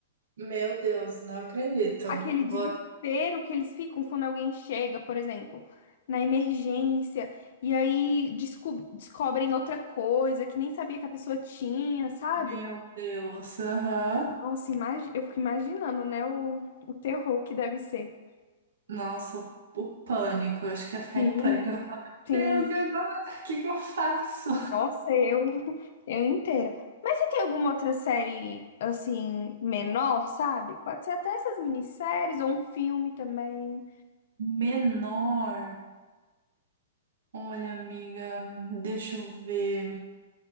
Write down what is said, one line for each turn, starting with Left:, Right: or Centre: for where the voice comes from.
Right: Meu Deus, não acredito.
Left: aquele
Right: Vou
Left: desespero que eles ficam quando alguém chega, por exemplo, na emergência, e aí desco- descobrem outra coisa que nem sabia que a pessoa tinha, sabe?
Right: Meu Deus, aham.
Left: Nossa, imagi- eu fico imaginando, né, o, o terror que deve ser.
Right: Nossa, o o pânico. Eu acho que ia ficar
Left: Sim,
Right: em pânico. Eu ia falar,
Left: sim.
Right: Meu Deus, e agora? O que que eu faço?
Left: Nossa, eu, eu inteira. Mas se tem alguma outra série, assim, menor, sabe? Pode ser até essas minisséries ou um filme também.
Right: Menor. Olha, amiga, deixa eu ver.